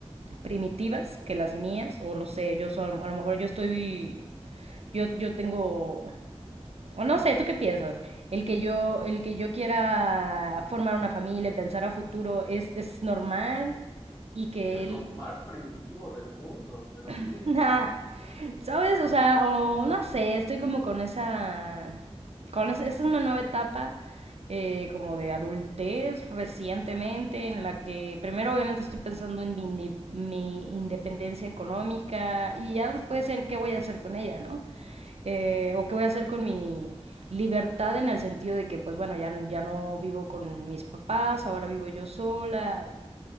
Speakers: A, on the right (about 70°); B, on the left (about 35°).
A: primitivas que las mías, o no sé, yo a lo mejor yo estoy, yo, yo tengo, o no sé, ¿tú qué piensas? El que yo, el que yo quiera formar una familia, pensar a futuro, es, es normal y que
B: Es
A: él,
B: lo más primitivo del mundo, pero sigue.
A: <laughs> Nah, ¿sabes? O sea, o no sé, estoy como con esa... Con esa, esta es una nueva etapa eh, como de adultez recientemente en la que primero obviamente estoy pensando en mi, mi independencia económica y ya después en qué voy a hacer con ella, ¿no? Eh, o qué voy a hacer con mi libertad en el sentido de que pues bueno, ya, ya no vivo con mis papás, ahora vivo yo sola,